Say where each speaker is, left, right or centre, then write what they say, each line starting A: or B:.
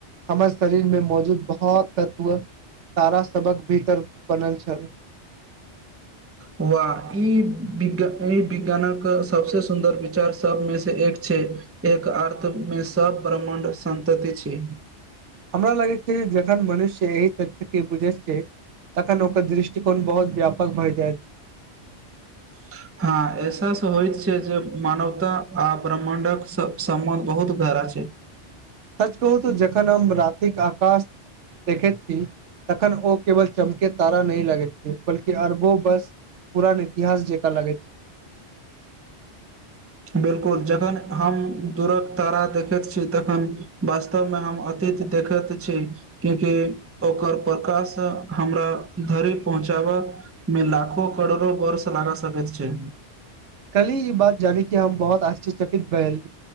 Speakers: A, on the right; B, on the right.
A: हमर शरीर मे मौजूद बहोत तत्व तारा सबहक भीतर बनल छल।
B: वा ई विज्ञ ई विज्ञानक सबसे सुन्दर विचार सबमे से एक छै। एक अर्थ मे सब ब्रह्मांड संतति छी
A: हमरा लगैत छै जे जखन मनुष्य एहि तथ्य के बुझै छैय। तखन ओकर दृष्टिकोण बहुत ब्यापक भय जायत छै
B: <inaudible> हँ एहसास होएत छैय जे मानवता आ ब्रह्माण्डक सब सम्बन्ध बहुत गहरा छैय।
A: सच कहू तऽ जखन हम रातिक आकाश देखैत छी तखन ओ केवल चमके तारा नहि लगैत छैय बल्कि अरबो बर्ष पुरान इतिहास जेकां लगैत छै।
B: बिलकुल जखन हम ध्रुव तारा देखैत छी तखन बस सब मे हम अतीत देखैत छी। कियेकी ओकर प्रकाश हमरा धरि पहुँचाब मे लाखो करोड़ो वर्ष लागा सकैत छैय
A: कलही ई बात जानी कि हम बहुत आश्चर्यचकित भयल